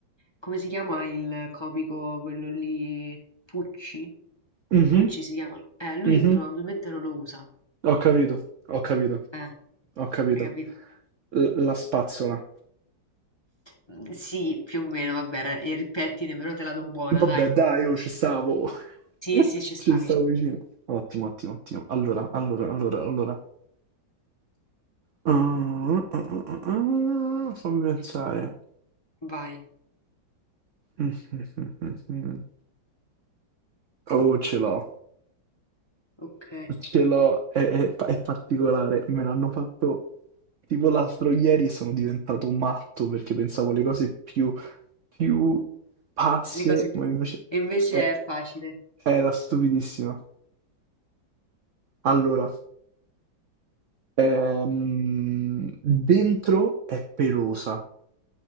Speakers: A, on the left; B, on the right.
A: come si chiama il comico, quello lì? Pucci?
B: mhm,
A: Pucci si chiama. Eh, lui
B: mhm.
A: probabilmente non lo usa.
B: Ho capito, ho capito,
A: Eh,
B: ho capito.
A: hai capito?
B: L- la spazzola.
A: Mhmm, sì, più o meno, vabbè, era eri il pettine, però te la do buona,
B: Vabbè,
A: dai.
B: dai, io ci stavo.
A: Sì,
B: <laughs>
A: sì, ci stavi,
B: Ci stavo
A: ci stavi.
B: vicino. Ottimo, ottimo, ottimo. Allora, allora, allora, allora. Ah, ah, ah, ah, ah, fammi pensare.
A: Vai,
B: <laughs> Mm, mm, mm, mm, mm. Oh, ce l'ho.
A: ok.
B: Ce l'ho, è, è- è particolare, me l'hanno fatto tipo l'altro ieri e sono diventato matto perché pensavo alle cose più, più pazze,
A: Le cose più...
B: ma invece
A: E invece
B: è-
A: è facile.
B: era stupidissima. Allora, ehm, dentro è pelosa,